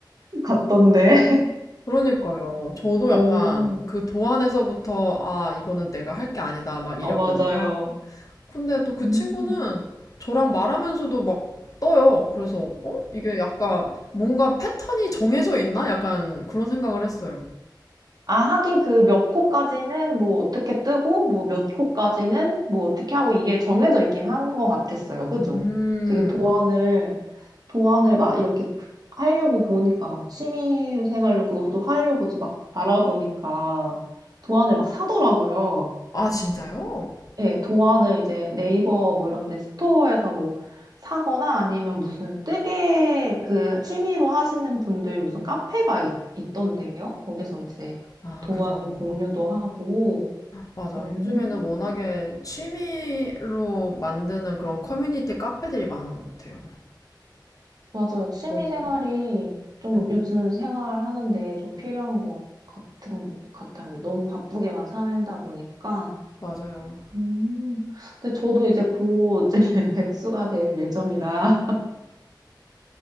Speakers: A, on the right; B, on the left.
A: 같던데.
B: 그러니까요. 저도
A: <laughs>
B: 약간
A: 오,
B: 그 도안에서부터 아, 이거는 내가 할 게 아니다 막 이랬거든요.
A: 어, 맞아요.
B: 근데 또 그
A: 음.
B: 친구는 저랑 말하면서도 막 떠요. 그래서 어? 이게 약간 뭔가 패턴이 정해져 있나? 약간 그런 생각을 했어요.
A: 아, 하긴 그 몇 코까지는 뭐 어떻게 뜨고, 뭐 몇 코까지는 뭐 어떻게 하고 이게 정해져 있긴 한 것 같았어요. 그죠?
B: 음.
A: 그게 도안을, 도안을 막 이렇게 하려고 보니까 막 취미 생활로 그것도 하려고 막 알아보니까 도안을 막 사더라고요.
B: 아, 진짜요?
A: 예, 도안을 이제 네이버 뭐 이런 데 스토어에서 뭐 사거나 아니면 무슨 뜨개 그 취미로 하시는 분들 무슨 카페가 있, 있던데요. 거기서 이제
B: 아,
A: 도안
B: 그죠.
A: 공유도 하고.
B: 맞아.
A: 음,
B: 요즘에는 워낙에 취미로 만드는 그런 커뮤니티 카페들이 많은 것 같아요.
A: 맞아요. 취미
B: 음,
A: 생활이 좀
B: 음,
A: 요즘 생활하는데 좀 필요한 것 같은, 같아요. 너무 바쁘게만 살다 보니까.
B: 맞아요.
A: 음, 근데 저도 이제 곧 이제 <laughs> 백수가 될 예정이라.